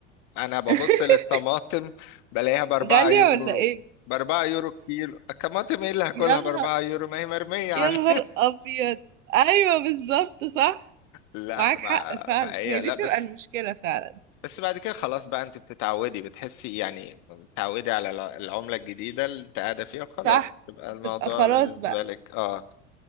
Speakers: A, on the left (about 50°); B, on the right (about 90°).
A: انا ببص
B: <laughs>
A: للطماطم بلاقيها باربعة
B: غالية
A: يورو
B: ولا ايه
A: باربعة يورو كيلو الطماطم ايه اللي هاكلها
B: يا نهار
A: باربعة يورو ما هي مرمية <laughs> عندنا
B: يا نهار ابيض ايوه بالظبط صح
A: لا
B: معاك
A: ما
B: حق فعلا
A: فهي
B: هي دي
A: لا
B: بتبقى
A: بس
B: المشكلة فعلا
A: بس بعد كده خلاص بقى انت بتتعودي بتحسي يعني بتتعودي على الع- العملة الجديدة اللي انت قاعدة فيها وخلاص
B: صح
A: يبقى
B: بتبقى
A: الموضوع
B: خلاص
A: بالنسبة
B: بقى
A: لك اه